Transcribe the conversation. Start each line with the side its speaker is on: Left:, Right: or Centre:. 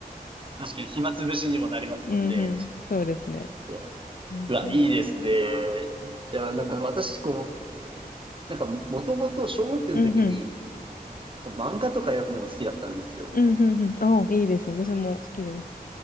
Right: あ、確かに暇つぶしにもなりますもんね。
Left: うんうん。そうですね。
Right: うわ、
Left: うんそうそ
Right: うわ、いいですね。いや、なんか私、こう、なんか、もともと小学生の時に、
Left: ううんうん。
Right: こう漫画とか読むの好きだったんですよ。
Left: うんうんうん。あ、いいですね。私も好きです。